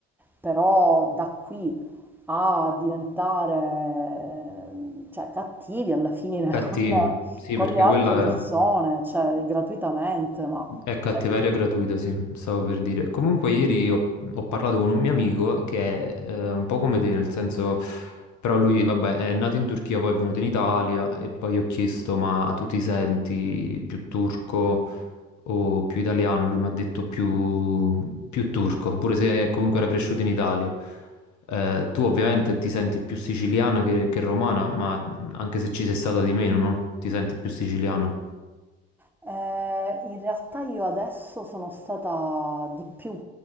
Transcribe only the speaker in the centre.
però da qui a diventare, eh, cioè, cattivi alla fine
<laughs> con,
con
le altre
persone, cioè, gratuitamente, ma...
se-
Eh, in realtà io adesso sono stata di più